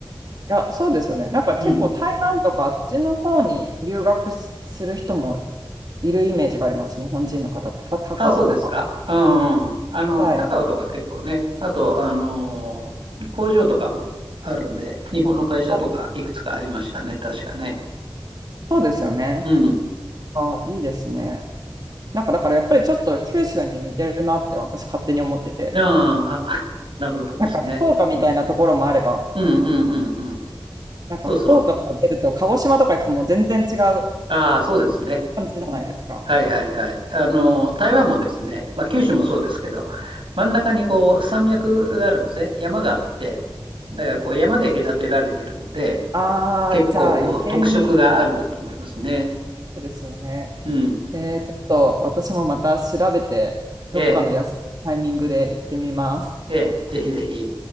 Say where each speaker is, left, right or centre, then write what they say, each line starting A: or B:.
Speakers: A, on the right; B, on the right.
A: や、そうですよね。なんか結構台湾とかあっちの方に留学しする人も
B: うん。
A: いるイメージがあります。日本人の方って、た高尾とか。
B: あ、そうですか。うん、うん。あの、
A: はい。
B: 高尾とか結構ね、あと、あのー工場とかもあるんで、日本の会社とかいくつかありましたね、
A: あ、
B: 確かね。
A: そうですよね。
B: うん。
A: あ、いいですね。なんかだからやっぱりちょっと九州に似てるなって私勝手に思ってて。
B: ああ、<laughs> なるほどですね。
A: なんか福岡みたいなところもあれば、
B: うんうんうんうん。
A: なんか福岡から出ると鹿児島とか行くともう全然違う
B: そうそう。ああ、そうですね。
A: 感じじゃないですか。
B: はいはいはい。あの、台湾もですね、まあ、九州もそうですけど、真ん中にこう山脈があるんですね。山があって、だからこう山で隔てられてるんで、
A: ああ、
B: 結構こう特色があるんだと思いますね。
A: じゃあ余計に、そうですよね。
B: うん。
A: えー、ちょっと私もまた調べて、
B: ええ、
A: どこかの休みのタイミングで行ってみます。
B: ええ、ぜひぜひ。